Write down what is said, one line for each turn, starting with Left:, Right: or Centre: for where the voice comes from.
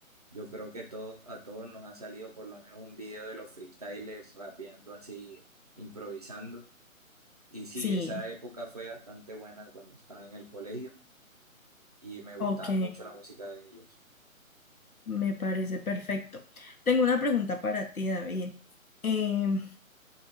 Right: Yo creo que todo, a todos nos ha salido por lo menos un video de los freestylers rapeando así, improvisando. Y sí,
Left: sí,
Right: esa época fue bastante buena cuando estaba en el colegio y me gustaba
Left: ok.
Right: mucho la música de ellos.
Left: Me parece perfecto. Tengo una pregunta para ti, David. Em,